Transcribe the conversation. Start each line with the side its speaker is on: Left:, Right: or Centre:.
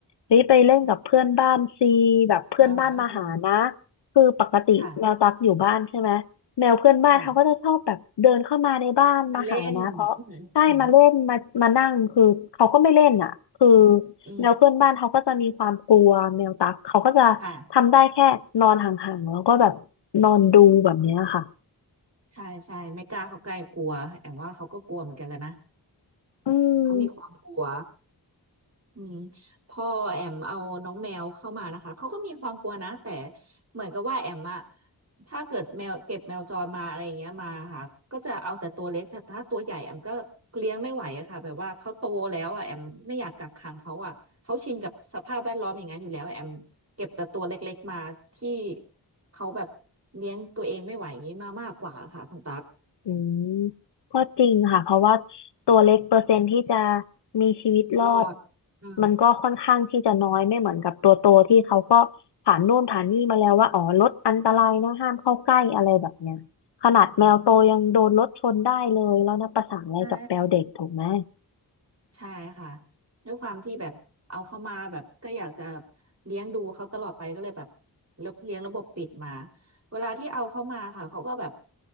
Left: เฮ้ยไปเล่นกับเพื่อนบ้านซีแบบเพื่อนบ้านมาหานะ
Right: อ่าอ่าอ่า
Left: คือปกติแมวตักอยู่บ้านใช่ไหม
Right: ค่ะ
Left: แมวเพื่อนบ้านเขาก็จะชอบแบบเดินเข้ามาในบ้านมาหานะเพราะใช่มาเล่นมามานั่งคือเขาก็ไม่เล่นอ่ะคือ
Right: ค่ะมาเล่นอืมอืมอืม
Left: แมวเพื่อนบ้านเขาก็จะมีความกลัวแมวตักเขาก็จะทำได้แค่นอนห่างๆ
Right: ค่ะ
Left: แล้วก็แบบนอนดูแบบเนี้ยค่ะ
Right: ใช่ใช่ไม่กล้าเขาใกล้กลัวแอมว่าเขาก็กลัวเหมือนกันแหล้วนะ
Left: อืม
Right: เขามีความกลัวอืมพอแอมเอาน้องแมวเข้ามานะคะเขาก็มีความกลัวนะแต่เหมือนกับว่าแอมอะถ้าเกิดแมวเก็บแมวจรมาอะไรอย่างเงี้ยมาค่ะก็จะเอาแต่ตัวเล็กแต่ถ้าตัวใหญ่แอมก็เลี้ยงไม่ไหวอะค่ะแบบว่าเขาโตแล้วอะแอมไม่อยากกักขังเขาอะเขาชินกับสภาพแวดล้อมอย่างนั้นอยู่แล้วแอมเก็บแต่ตัวเล็กๆมาที่เขาแบบเลี้ยงตัวเองไม่ไหวอย่างนี้มามากกว่าค่ะคุณตั๊ก
Left: อืมก็จริงค่ะเพราะว่าตัวเล็กเปอร์เซ็นต์ที่จะมีชีวิตรอด
Right: รอดอื
Left: มันก็ค่อนข้างที่จะน้อยไม่เหมือนกับตัวโตที่เขาก็ผ่านนู่นผ่านนี่มาแล้วว่าอ๋อรถอันตรายนะห้ามเข้าใกล้อะไรแบบเนี้ยขนาดแมวโตยังโดนรถชนได้เลยแล้วนะประสานอะไรกับแมวเด็กถูกไหม
Right: อืมใช่ ใช่ค่ะด้วยความที่แบบเอาเข้ามาแบบก็อยากจะเลี้ยงดูเขาตลอดไปก็เลยแบบเลี้ยงระบบปิดมาเวลาที่เอาเข้ามาค่ะเขาก็แบบ